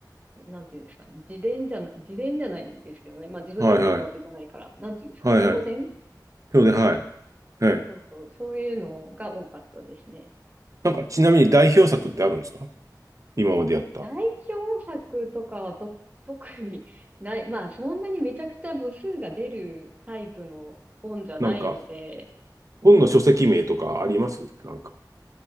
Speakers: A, on the right; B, on the right.
A: なんていうんですか、自伝じゃな、自伝じゃないですけどね、まあ自分で書くわけじゃないから、
B: はいはい。
A: なんていうんですか、
B: はいはい。
A: 評伝
B: 評伝、
A: みたいな、
B: はい。はい。
A: そうそう、そういうのが多かったですね。
B: なんか、ちなみに代表作ってあるんですか今までやった。
A: 代表作とかはと、特にない、まあそんなにめちゃくちゃ部数が出るタイプの本じゃないので、
B: なんか、本の書籍名とかありますなんか、